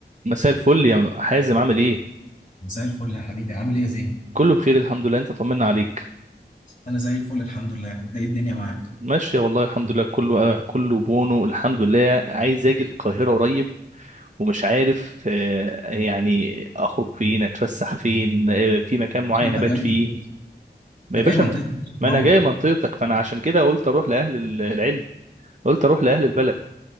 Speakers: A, on the right (about 45°); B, on the left (about 40°).
A: مساء الفل يا حازم عامل ايه
B: مساء الفل يا حبيبي عامل ايه يا زين؟
A: كله بخير الحمد لله انت طمنا عليك
B: انا زي الفل الحمد لله انت ايه الدنيا معاك؟
A: ماشية والله الحمد لله كله كله بونو الحمد لله عايز اجي القاهرة قريب ومش عارف آه، يعني اخرج فين اتفسح فين آه، في مكان معين
B: عشان انت
A: ابات
B: جاي
A: فيه
B: منطقتي
A: ما
B: انت
A: يا باشا
B: جاي منطقتي
A: أنا-
B: يا باشا
A: ما
B: تنور
A: انا جاي منطقتك فانا عشان كده قلت اروح لاهل ال- العلم قلت اروح لاهل البلد